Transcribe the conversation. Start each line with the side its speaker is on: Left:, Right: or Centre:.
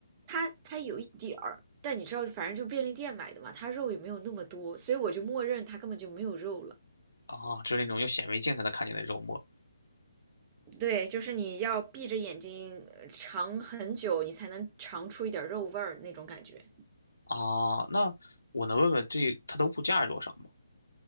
Right: 它它有一点儿，但你知道，反正就便利店买的嘛，它肉也没有那么多，所以我就默认它根本就没有肉了。
Left: 啊，就是那种用显微镜才能看见的肉末
Right: 对，就是你要闭着眼睛呃尝很久，你才能尝出一点肉味儿那种感觉。
Left: 啊。那我能问问这它的物价是多少吗？